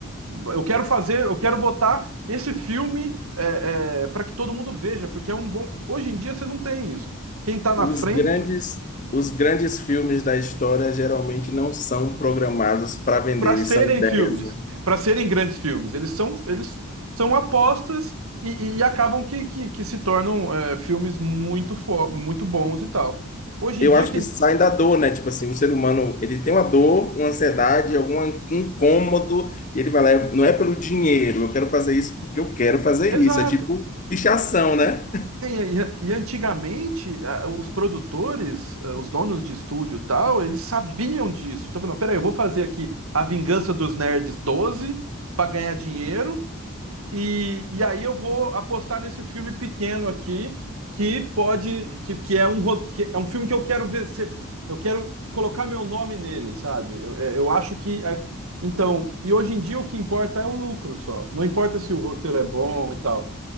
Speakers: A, on the right; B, on the left.
A: Eu quero fazer, eu quero botar esse filme é, é, para que todo mundo veja, porque é um bom. Hoje em dia você não tem isso. Quem está na
B: Os
A: frente
B: grandes, os grandes filmes da história geralmente não são programados para vender,
A: para
B: eles
A: serem
B: são ideias,
A: filmes,
B: né?
A: para serem grandes filmes, eles são, eles são apostas e, e acabam que, que, que, se tornam é, filmes muito, fo... muito bons e tal. Hoje
B: Eu
A: em dia,
B: acho
A: quem.
B: que saem da dor, né? Tipo assim, o ser humano, ele tem uma dor, uma ansiedade, algum incômodo, e ele vai lá, não é pelo dinheiro, eu quero fazer isso porque eu quero fazer
A: Exato.
B: isso. É tipo fichação, né?
A: É, E, e- e antigamente, ah, os produtores, ah, os donos de estúdio e tal, eles sabiam disso. Então, falando, peraí, eu vou fazer aqui A Vingança dos Nerds 12 para ganhar dinheiro, e, e aí eu vou apostar nesse filme pequeno aqui, que pode, que, que é um, ro- que é um filme que eu quero ver, ser- eu quero colocar meu nome nele, sabe? Eu, é, eu acho que. ah, Então, e hoje em dia o que importa é o lucro só. Não importa se o roteiro é bom e tal.